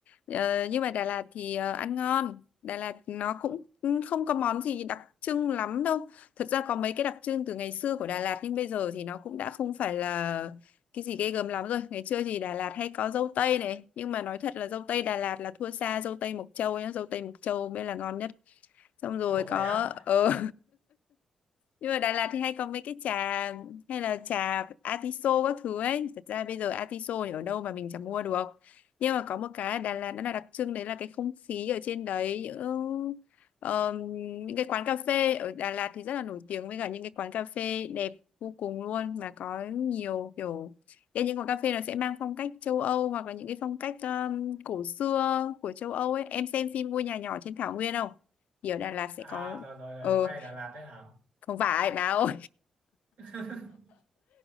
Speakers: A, on the left; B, on the right.
A: ờ, nhưng mà Đà Lạt thì ờ, ăn ngon Đà Lạt nó cũng không có món gì đặc trưng lắm đâu thật ra có mấy cái đặc trưng từ ngày xưa của Đà Lạt nhưng bây giờ thì nó cũng đã không phải là cái gì ghê gớm lắm rồi ngày xưa thì Đà Lạt hay có dâu tây này nhưng mà nói thật là dâu tây Đà Lạt là thua xa dâu tây Mộc Châu nhá dâu tây Mộc Châu mới là ngon nhất xong rồi
B: Ồ,
A: có
B: vậy á
A: ờ nhưng mà Đà Lạt thì hay có mấy cái trà hay là trà atiso các thứ ấy thật ra bây giờ atiso thì ở đâu mà mình chẳng mua được nhưng mà có một cái ở Đà Lạt nó là đặc trưng đấy là cái không khí ở trên đấy những ờm, những cái quán cà phê ở Đà Lạt thì rất là nổi tiếng với cả những cái quán cà phê đẹp vô cùng luôn mà có nhiều kiểu Thế những quán cà phê nó sẽ mang phong cách châu Âu hoặc là những cái phong cách ờm, cổ xưa của châu Âu ấy em xem phim Ngôi nhà nhỏ trên Thảo Nguyên không thì ở Đà Lạt sẽ
B: à
A: có
B: rồi rồi
A: ờ
B: quay Đà Lạt đấy hả
A: không phải báo
B: <laughs>